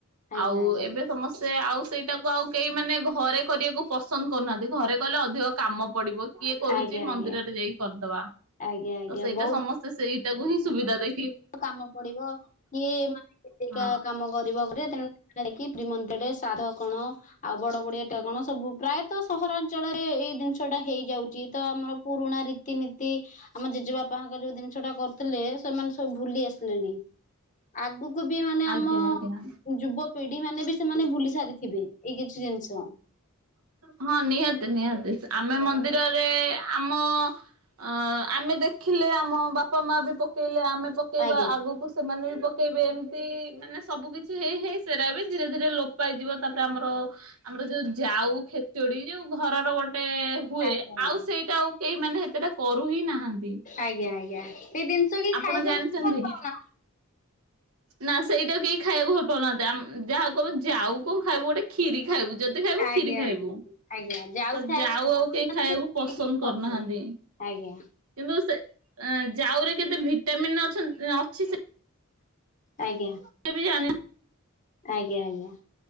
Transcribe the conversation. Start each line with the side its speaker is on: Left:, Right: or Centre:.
Left: ଆଜ୍ଞା
Right: ଆଉ
Left: ଆଜ୍ଞା।
Right: ଏବେ ସମସ୍ତେ ଆଉ ସେଇଟାକୁ ଆଉ କେହି ମାନେ ଘରେ କରିବାକୁ ପସନ୍ଦ କରୁନାହାନ୍ତି ଘରେ କଲେ ଅଧିକ କାମ ପଡ଼ିବ ଇଏ କରୁଛି
Left: ଆଜ୍ଞା
Right: ମନ୍ଦିରରେ
Left: ଆଜ୍ଞା
Right: ଯାଇକି କରିଦବା।
Left: ଆଜ୍ଞା ଆଜ୍ଞା
Right: ତ ସେଇଟା
Left: ବହୁତ୍
Right: ସମସ୍ତେ ସେଇଟାକୁ ହିଁ ସୁବିଧା ଦେଇ
Left: କାମ ପଡ଼ିବ କିଏ ମାନେ
Right: ହଁ।
Left: କୋ କାମ କରିବ ଘରେ ିମନ୍ଦ ସାଧ କଣ ଆଉ ବଡ ବଡିଆ ଟା କଣ ସବୁ ପ୍ରାୟତଃ ସହରାଞ୍ଚଳରେ। ଏଇ ଜିନିଷ ଟା ହେଇଯାଉଛି ତ ଆମର ପୁରୁଣା ରୀତିନୀତି ଆମ ଜେଜେବାପାଙ୍କ ଯଉ ଜିନିଷଟା। କରିଥିଲେ ସେମାନେ ସ ଭୁଲି ଆସିଲେଣି ଆଗକୁ ବି ମାନେ ଆମ
Right: ଆଜ୍ଞା ଆଜ୍ଞା।
Left: ଯୁବପିଢ଼ି। ଢ଼ି ମାନେ ବି ସେମାନେ ଭୁଲି ସାରିଥିବେ ଏଇ କିଛି ଜିନିଷ।
Right: ହଁ ନିହାତି ନିହାତି ଆମେ ମନ୍ଦିରରେ ଆମ ଅ ଆମେ ଦେଖିଲେ ଆମ ବାପା ମା ବି ପକେଇଲେ ଆ ଆମେ ପକେଇବା
Left: ଆଜ୍ଞା
Right: ଆଗକୁ ସେମାନେ ବି ପକେଇବେ ଏମିତି ମାନେ ସବୁ କିଛି ହେଇ ହେଇ ସେରା ବି ଧୀ- ଧୀରେ ଲୋପ ହେଇଯିବ ତାପରେ ଆମର ଆମର ଯୋଉ ଯାଉ ଖେଚୁଡ଼ି। ଯୋଉ ଘରର ଗୋଟେ ହୁଏ
Left: ଆଜ୍ଞା ଆଜ୍ଞା
Right: ଆଉ ସେଇଟା ଆଉ କେହି ମାନେ ହେତେଟା କରୁ ହି ନାହାନ୍ତି।
Left: ଆଜ୍ଞା ଆଜ୍ଞା ସେଇ ଜିନିଷ କି
Right: ଆପଣ
Left: ଖାଇବାକୁ
Right: ଜାଣିଛନ୍ତି?
Left: ଭଲଉନା
Right: ନା ସେଇଟା କେହି ଖାଇବାକୁ ଭଲ ଲପାଉନା ଯାହା କହିବୁ ଯାଉ କଣ ଖାଇବୁ ଗୋଟେ କ୍ଷୀରି ଖାଇବୁ ଯଦି ଖାଇବୁ
Left: ଆଜ୍ଞା
Right: କ୍ଷୀରି ଖାଇବୁ।
Left: ଆଜ୍ଞା ଆଜ୍ଞା
Right: ତ
Left: ଖାଇବାକୁ
Right: ଯାଉ ଆଉ କେହି
Left: ମତେ
Right: ଖାଇବାକୁ ପସନ୍ଦ
Left: ଟିକେ
Right: କରୁନାହାନ୍ତି
Left: ଭଲ ଲାଗେ।
Right: କିନ୍ତୁ ସେ ଅ ଜାଉରେ କେତେ ଭିଟାମିନ୍ ଅ-ଁଅଛି।
Left: ଆଜ୍ଞା
Right: ସେ ବି ଜାଣି
Left: ଆଜ୍ଞା ଆଜ୍ଞା।